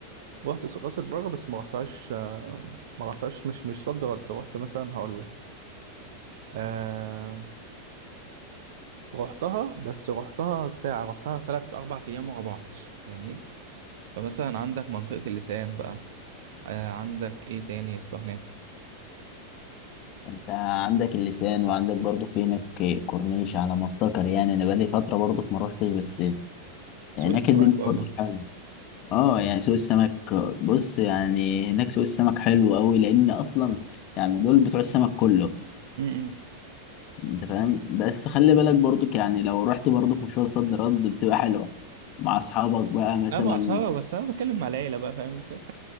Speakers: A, on the right (about 55°); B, on the left (about 35°).
A: رحت راس البر بس ما رحتهاش آه ما رحتهاش مش مش صد رد رحت مثلا هقول لك آه رحتها بس رحتها بتاع رحتها تلات أربع أيام ورا بعض فاهمني فمثلا عندك منطقة اللسان بقى آه عندك ايه تاني يا اسطى هناك
B: انت عندك اللسان وعندك برضه في هناك كورنيش على ما افتكر يعني انا بقالي فترة برضه ما روحتش بس
A: سوق
B: هناك
A: السمك
B: الدنيا
A: برضه
B: برضه حلوة اه يعني سوق السمك بص يعني هناك سوق السمك حلو قوي لان اصلا يعني دول بتوع السمك كله
A: امم
B: انت فاهم بس خلي بالك برضك يعني لو رحت برضك مشوار صد رد بتبقى حلوة مع اصحابك بقى مثلا
A: لا بأسعار بس انا بتكلم مع العيلة بقى فاهم انت <laughs>